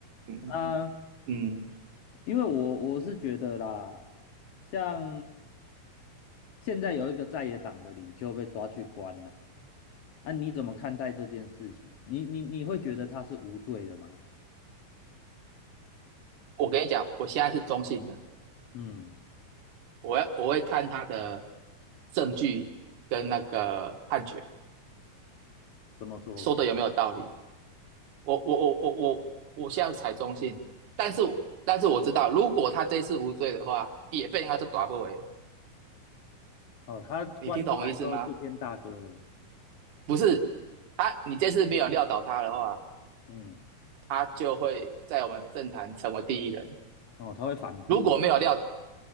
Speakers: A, on the right (about 60°); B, on the left (about 60°).
A: <laughs> 嗯
B: 啊、
A: 嗯，
B: 因为我我是觉得啦，像现在有一个在野党的领袖被抓去关了，啊，你怎么看待这件事情？你你你会觉得他是无罪的吗？
A: 我跟你讲，我现在是中性的，
B: 嗯，
A: 我要我会看他的证据跟那个判决
B: 怎么说？
A: 说的有没有道理。我我我我我我现在才中性，但是但是我知道，如果他这一次无罪的话，也被人家就打不回。
B: 哦，他关出来之后就变大哥了，
A: 你听懂我意思吗？不是，他你这次没有撂倒他的话，
B: 嗯，
A: 他就会在我们政坛成为第一人。
B: 哦，他会反扑了，
A: 如果没有撂倒